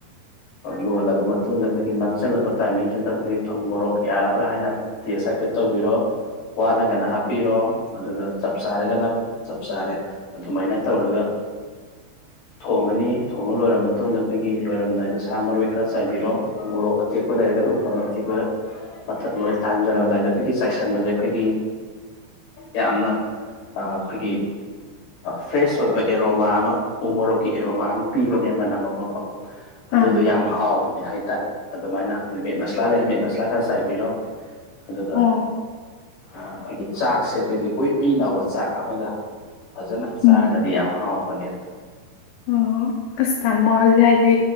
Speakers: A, on the left; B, on the left.
A: ꯂꯣꯜꯂꯕ ꯃꯇꯨꯡꯗ ꯑꯩꯈꯣꯏꯒꯤ ꯅꯥꯡꯁꯤꯜꯂꯛꯄ ꯇꯥꯏꯃꯤꯡꯁꯤꯗ ꯑꯩꯈꯣꯏꯒꯤ ꯊꯨꯝ ꯃꯣꯔꯣꯛ ꯌꯥꯔꯕ꯭ꯔꯥ ꯍꯥꯏꯅ ꯇꯦꯁ ꯍꯥꯏꯐꯦꯠ ꯇꯧꯕꯤꯔꯣ ꯋꯥꯠꯂꯒꯅ ꯍꯥꯞꯄꯤꯔꯣ ꯑꯗꯨꯒ ꯆꯞ ꯆꯥꯔꯒꯅ ꯆꯞ ꯆꯥꯔꯦ ꯑꯗꯨꯃꯥꯏꯅ ꯇꯧꯔꯒ ꯊꯣꯡꯉꯅꯤ ꯊꯣꯡꯉ ꯂꯣꯏꯔꯕ ꯃꯇꯨꯡꯗ ꯑꯩꯈꯣꯏꯒꯤ ꯂꯣꯏꯔꯝꯗꯥꯏꯗ ꯁꯥ ꯃꯔꯣꯏ ꯈꯔ ꯆꯥꯏꯕꯤꯔꯣ ꯎ ꯃꯣꯔꯣꯛ ꯑꯇꯦꯛꯄ ꯂꯩꯔꯒ ꯎ ꯃꯣꯔꯣꯛ ꯑꯇꯦꯛꯄ ꯃꯊ ꯊꯥꯡꯖꯔꯝꯗꯥꯏꯗ ꯑꯩꯈꯣꯏꯒꯤ ꯆꯥꯏꯁꯤꯟꯕꯁꯦ ꯑꯩꯈꯣꯏꯒꯤ ꯌꯥꯝꯅ ꯑꯩꯈꯣꯏꯒꯤ ꯐ꯭ꯔꯦꯁ ꯑꯣꯏꯕ ꯑꯦꯔꯣꯃꯥ ꯑꯃ ꯎ ꯃꯣꯔꯣꯛꯀꯤ ꯑꯦꯔꯣꯃꯥ ꯑꯃ ꯄꯤꯕꯅꯦ ꯃꯅꯝ ꯑꯃ ꯀꯣ
B: ꯑꯥ
A: ꯑꯗꯨꯗꯣ ꯌꯥꯝ ꯍꯥꯎꯕꯅꯦ ꯍꯥꯏꯇꯥꯔꯦ ꯑꯗꯨꯃꯥꯏꯅ ꯑꯗꯨ ꯃꯤꯠ ꯃꯁꯂꯥ
B: ꯎꯝ
A: ꯂꯩꯔꯦ ꯃꯤꯠ ꯃꯁꯂꯥ ꯈꯔ ꯆꯥꯏꯕꯤꯔꯣ ꯑꯗꯨꯒ
B: ꯑꯣ
A: ꯑꯩꯈꯣꯏꯒꯤ ꯆꯥꯛꯁꯦ ꯑꯩꯈꯣꯏꯒꯤ ꯎꯏ ꯎꯏ ꯅꯥꯎꯕ ꯆꯥꯛ ꯑꯃꯒ ꯐꯖꯅ ꯆꯥꯔꯒꯗꯤ
B: ꯎꯝ
A: ꯌꯥꯝ ꯍꯥꯎꯕꯅꯦ ꯑꯗꯨ
B: ꯑꯣ ꯑꯁꯇꯃꯣ ꯌꯥꯗꯤ